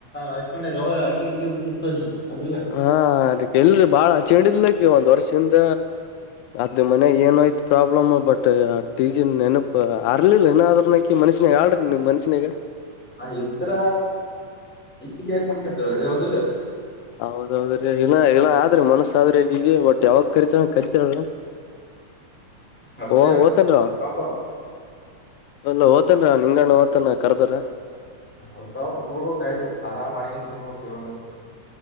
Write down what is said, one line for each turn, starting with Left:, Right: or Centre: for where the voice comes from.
Centre: ಹಚ್ಕೊಂಡಾಗ ಅವ ಹಕಿ ಹಚ್ಚಿಬೇಕಕ್ಿತ್ತು ನೀ ಹೌದಿಲ್ಲ
Left: ಹಾ ಅದಕ್ಕೆ ಎಲ್ರಿ ಬಾಳ ಹ ಚೆಂಡಿದ್ಲಕ್ಕ ಒಂದ್ ವರ್ಷಿಂದ ಅದ್ ಮನ ಏನಯ್ತು ಪ್ರಾಬ್ಲಮ್ ಬಟ್ ಟಿ ಜಿ ನೆನಪ ಅರ್ಲಿಲ್ಲ ನಾದ್ರನಕ ಮನ ಮನ್ಷನಾಗ ಹಾಡ್ರಿ ನೀಮ ಮನ್ಷ್ಯಾಗ
Centre: ಇದ್ರ ಈಗ ಯಾಕ ಮಾಡಡ್ಕಂತಳ ಯಾವ್ದಿಲ್ಲ
Left: ಹೌದೌದ್ರೀ ಇಿನ ಇನ ಆದ್ರಿ ಮನಸ್ಸ ಆದ್ರೆ ಬಟ್ ಯಾವಾಗ ಕರಿತಳ ಕರಿತಳ
Centre: ಕಡದ್ರ
Left: ಓ
Centre: ಏನ್ ಮಾಡ
Left: ಓತನ್ರ
Centre: ಪಾಪ
Left: ಅಲ್ಲ ಓ್ತನ್ರ ನಿಂಗಣ್ಣ ಓತಾನ ಕರ್ದಾರ
Centre: ಹೊಡ್ತಾವ ಪುಟ್ಬೊಕ್ ಆಯ್ತ್ು ಆರಾಮ್ ಮಾಡಗನ್ ತಿನ್ಬೇಕಕ್ ಇವಾಗಂತ್ರ